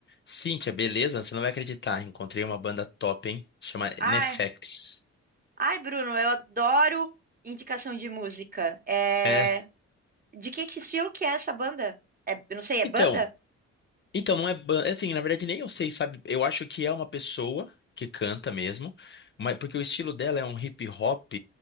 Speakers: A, on the left; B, on the right.
A: Cíntia, beleza? Você não vai acreditar. Encontrei uma banda top, hein? Chama
B: Ai,
A: Nefex.
B: ai, Bruno, eu adoro indicação de música. É...
A: É.
B: De que, que estilo que é essa banda? É, eu não sei, é
A: Então,
B: banda?
A: então não é banda. Assim, na verdade, nem eu sei, sabe? Eu acho que é uma pessoa que canta mesmo, mas porque o estilo dela é um hip hop